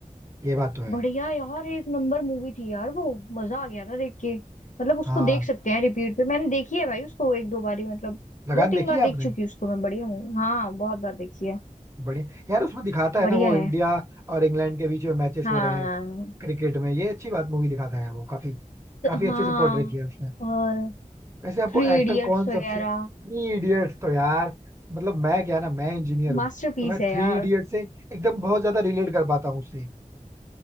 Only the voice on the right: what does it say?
ये बात तो है
हाँ
लगान
देखी
है
आपने
बढ़िया यार उसमें दिखाता है
ना वो
इंडिया और इंग्लैंड के बीच में मैचेस
हो रहे हैं क्रिकेट में ये अच्छी बात मूवी दिखाता है वो काफी
काफी अच्छे
से पोर्ट्रे किया है उसने
वैसे आपको
एक्टर
कौन सबसे
थ्री इडियट्स तो यार मतलब मैं क्या ना मैं इंजीनियर हूँ
तो मैं
थ्री
इडियट से एकदम बहुत ज्यादा रिलेट कर पाता हूँ उससे